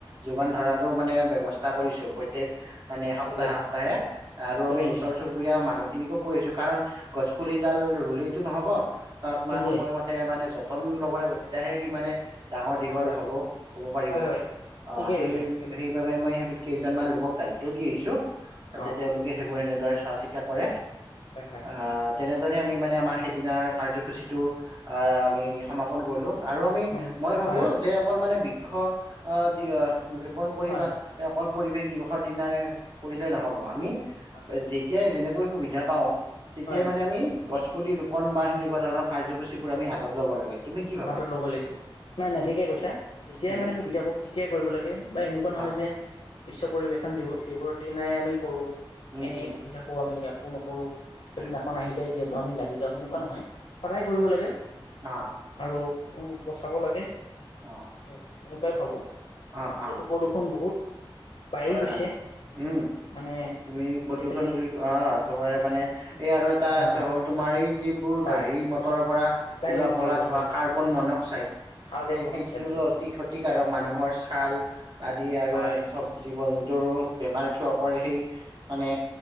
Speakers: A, on the right (about 55°); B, on the left (about 80°).
A: যোগান ধৰাৰো মানে ব্যৱস্থা কৰিছো প্ৰত্যেক মানে সপ্তাহে
B: ঠিকে
A: সপ্তাহে আৰু
B: ঠিকে
A: আমি ওচৰ
B: ঠিকে
A: চুুব বুৰীয়া মানুহখিনিকো কৈ আছো। কাৰণ গছপুলিডাল ৰুলেইতো নহ'ব তাত মানে
B: ঠিকে
A: সময়মত মতে মানে যতন ল'ব লাগিব তেতিয়াহে সি মানে ডাঙৰ দী
B: হয়
A: হ'ব,
B: হয়
A: হ'ব পাৰিব
B: হয়
A: অ
B: হয় ঠিকেই
A: সেই
B: কৈছা ঠিকেই কৈছা
A: সেইবাবে মই সেমি কেইজনমান লোকক দায়িত্ব দি আহিছো তাতে
B: অ
A: তেওঁলোকে সেইবোৰ এনেদৰে চোৱা চিত তা কৰে
B: হয় হয়
A: আ
B: হয়
A: তেনেদৰে আমি মানে আমাৰ সেইদিনাৰ কাৰ্যসূচীটো আ আমি সমাপন কৰিলো। আৰু আমি
B: অ
A: মই ভাবো
B: হয় হয়
A: যে অকল মানে বৃক্ষ অ, দি ৰোপন কৰি
B: হয়
A: বা
B: হয়
A: অকল পৰিৱেশ দিৱসৰ দিনাই কৰিলেই নহ'ব আমি
B: হয়
A: যে তিয়াই যেনেকৈ সুবিধা পাওঁ তেতিয়াই
B: হয়
A: মানে আমি গছ পুলি ৰোপণ বা সেনেকুৱা ধৰণৰ কাৰ্যসূচীবোৰ আমি হাতত ল'ব লাগে। তুমি কি ভাবা
B: হাতত ল'বই লাগিব, নাই নাই ঠিকে কৈছা। যেতিয়াই
A: উম
B: মানে সুবিধা পাব তেতিয়াই কৰিব লাগে বা এনেকুৱা নহয়
A: অ
B: যে বিশ্ব পৰিবেশন দিব দিবৰ দিনাই আমি কৰো
A: উম
B: এনেই
A: উম
B: বহি থাক একো আমি একো নকৰো সেইদিনাখন
A: হয়
B: আহিলে যিহেতু আমি লাগি যাওঁ সেনেকুৱা নহয় সদায় কৰিব লাগে।
A: আ।
B: আৰু উম, বচাব লাগে।
A: অ।
B: তে এনেকুৱাই ভাবো
A: অ অ
B: এইটো প্ৰদূৰষণ বহুত বাঢ়ি
A: হয়
B: গৈছে
A: হয় উম।
B: মানে
A: তুমি প্ৰদূষণ
B: আজিকালি
A: বুলি ক অ একেবাৰে মানে এই আৰু এটা
B: অ
A: আছে হ'ল তোমাৰ এই যিবোৰ
B: হয়
A: গাড়ী মটৰৰ পৰা
B: গাড়ী
A: ওলা
B: মটৰৰ
A: কলা
B: পৰা
A: ধোৱা
B: হয় হয়
A: কাৰ্বন মনক্সাইড
B: কাৰ্বন
A: সেই
B: মনক্সাইড
A: হৃদৰোগ
B: বুলি
A: অতি
B: কয়
A: ক্ষতিকাৰক মানুহৰ ছাল আদি আৰু
B: হয়
A: জীৱ-জন্তুৰো বেমাৰ ক্ষয় কৰে সেই মানে